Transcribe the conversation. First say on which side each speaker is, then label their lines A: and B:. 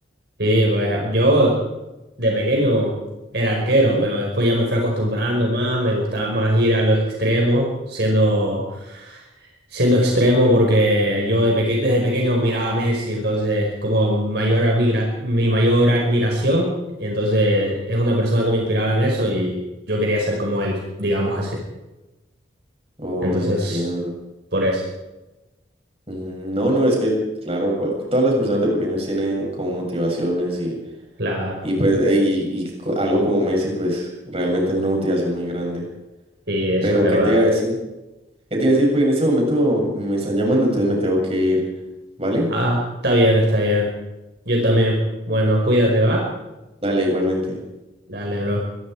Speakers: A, on the right; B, on the right.
A: sí, pues yo de pequeño era arquero,
B: Ujú.
A: pero después ya me fui acostumbrando más, me gustaba más ir a los extremos, siendo Siendo extremo porque yo de peque- desde pequeño miraba a Messi, entonces como mayor amigra- mi mayor admiración, y entonces es una persona que me inspiraba en eso y yo quería ser como él, digamos así.
B: Oh,
A: Entonces,
B: entiendo.
A: por eso,
B: Mm, No, no, es que, claro, cua- todas las personas de pequeños tienen como motivaciones y,
A: claro,
B: y pues, eh, y, y co- algo como Messi, pues realmente es una motivación muy grande.
A: sí, eso
B: Pero,
A: es verdad.
B: ¿qué te iba a decir? ¿Qué te iba a decir? Pues en este momento me están llamando, entonces me tengo que ir, ¿vale?
A: Ah, está bien, está bien. Yo también. Bueno, cuídate, ¿va?
B: Dale, igualmente.
A: Dale, bro.